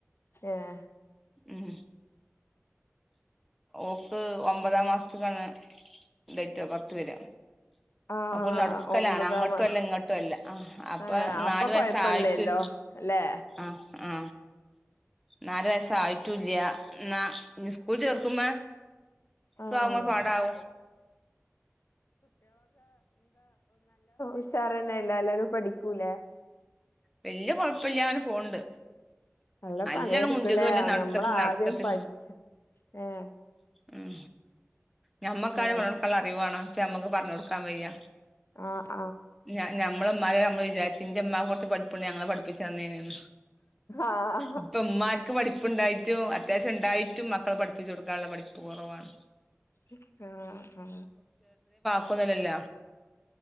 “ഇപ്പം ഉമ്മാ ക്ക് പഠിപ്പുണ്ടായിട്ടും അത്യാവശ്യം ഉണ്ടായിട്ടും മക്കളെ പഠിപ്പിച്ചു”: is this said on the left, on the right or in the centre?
Centre